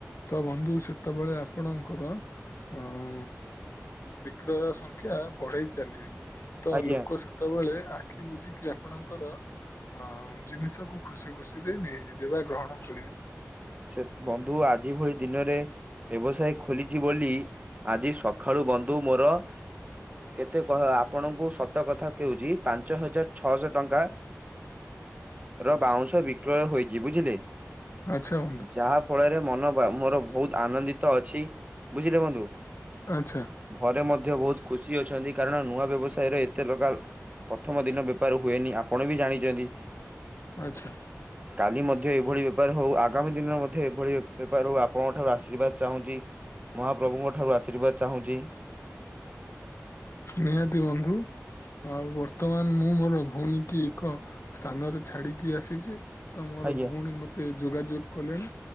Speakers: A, on the left (about 55°); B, on the right (about 25°).
A: ତ ବନ୍ଧୁ ସେତେବେଳେ ଆପଣଙ୍କର ହଁ ବିକ୍ରୟ ସଂଖ୍ୟା ବଢେଇ ଚାଲିବେ ତ
B: ଆଜ୍ଞା
A: ଲୋକ ସେତେବେଳେ ଆଖି ବୁଝିକି ଆପଣଙ୍କର ଅ ଜିନିଷକୁୁ ଖୁସି ଖୁସିରେ ନେଇଯିବେ ବା ଗ୍ରହଣ କରିବେ।
B: ସେ ବନ୍ଧୁ ଆଜି ଭଳି ଦିନରେ ବ୍ୟବସାୟ ଖୋଲିଛି ବୋଲି ଆଜି ସକାଳୁ ବନ୍ଧୁ ମୋର କେତେ କହ ଆପଣଙ୍କୁ ସତ କଥା କହୁଛି ପାଞ୍ଚ ହଜାର ଛଅଶହ ଟଙ୍କା ର ବାଉଁଶ ବିକ୍ରୟ ହୋଇଛି ବୁଝିଲେ।
A: ଆଚ୍ଛା। ବନ୍ଧୁ
B: ଯାହା ଫଳରେ ମନ ମୋର ବହୁତ ଆନନ୍ଦିତ ଅଛି ବୁଝିଲେ ବନ୍ଧୁ।
A: ଆଚ୍ଛା।
B: ଘରେ ମଧ୍ୟ ବହୁତ ଖୁସି ଅଛନ୍ତି କାରଣ ନୂଆ ବ୍ୟବସାୟରେ ଏତେ ଲଗା ପ୍ରଥମ ଦିନ ବେପାର ହୁଏନି ଆପଣ ବି ଜାଣିଛନ୍ତି।
A: ଆଛା।
B: କାଲି ମଧ୍ୟ ଏଇଭଳି ବେପାର ହଉ, ଆ ଆଗାମୀ ଦିନରେ ମଧ୍ୟ ଏଭଳି ବେପାର ହଉ, ଆପଣଙ୍କ ଠାରୁ ଆଶୀର୍ବାଦ ଚାହୁଁଚି। ମହାପ୍ରଭୁଙ୍କ ଠାରୁ ଆଶୀର୍ବାଦ ଚାହୁଁଚି।
A: ନିହାତି ବନ୍ଧୁ। ଆଉ ବର୍ତ୍ତମାନ ମୁଁ ମୋର ଭଉଣୀ କି ଏକ ସ୍ଥାନରେ ଛାଡିକି ଆସିଚି। ତ ମୋର
B: ଆଜ୍ଞା
A: ଭଉଣୀ ମତେ ମତେ ଯୋଗାଯୋଗ କଲେଣି,